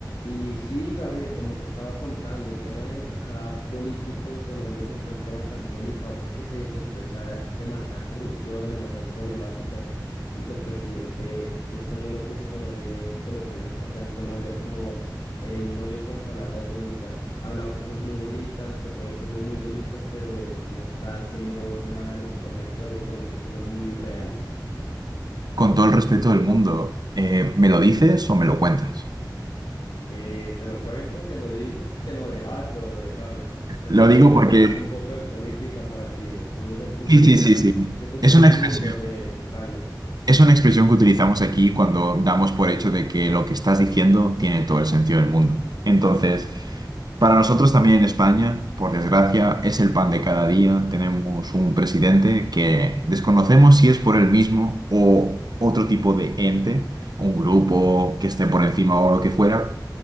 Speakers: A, on the left; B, on the right.
A: Y sí, Gabriel, como te estaba contando, el tema de acá político en Colombia se encuentra bastante delicado porque se sospecha demasiada corrupción, demasiadas problemáticas y que el presidente es como lo que se conoce coloquialmente acá en Colombia como el novio con palabras bonitas. Habla cosas muy bonitas, propone cosas muy bonitas, pero no está haciendo nada de lo que promete o promete cosas muy reales.
B: con todo el respeto del mundo, eh, ¿me lo dices o me lo cuentas?
A: Eh, te lo cuento, te lo digo y te lo debato de paso. No
B: Lo
A: sé si
B: digo
A: quieras
B: porque...
A: hablar un poco de política para que tú me cuentes un
B: Sí,
A: poco
B: sí,
A: allá
B: sí, sí.
A: de tu primer
B: Es una
A: mundo
B: expresión,
A: de, de España.
B: es una expresión que utilizamos aquí cuando damos por hecho de que lo que estás diciendo tiene todo el sentido del mundo. Entonces, para nosotros también en España, por desgracia, es el pan de cada día. Tenemos un presidente que desconocemos si es por él mismo o otro tipo de ente, un grupo que esté por encima o lo que fuera